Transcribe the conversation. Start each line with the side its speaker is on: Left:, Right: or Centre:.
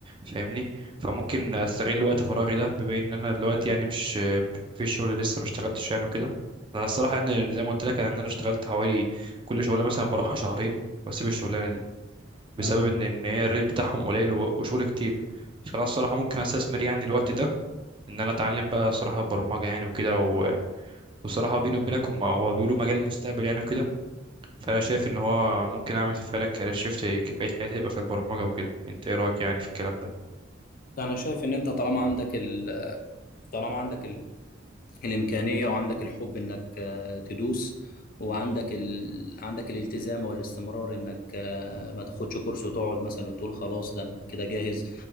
Right: فاهمني فممكن أستغل وقت فراغي ده بما إن أنا دلوقتي يعني مش مفيش شغل لسه ما اشتغلتش يعني وكده أنا الصراحة يعني زي ما قلت لك إن أنا اشتغلت حوالي كل شغلة مثلا بروحها شهرين وأسيب الشغلانة دي بسبب
Left: مم.
Right: إن إن هي الريت بتاعهم قليل و- وشغل كتير فأنا الصراحة ممكن أستثمر يعني الوقت ده إن أنا أتعلم بقى الصراحة برمجة يعني وكده و- والصراحة بيني وبينك هم- هو بيقولوا مجال المستقبل يعني وكده فانا شايف ان هو ممكن اعمل فعلا كارير شيفت بقية حياتي يبقى في البرمجة وكده انت ايه رأيك يعني في الكلام ده
Left: انا شايف ان انت طالما عندك ال... طالما عندك الإمكانية وعندك الحب إنك آه، تدوس وعندك ال... عندك الالتزام والاستمرار إنك آه، ما تاخدش كورس وتقعد مثلا وتقول خلاص ده أنا كده جاهز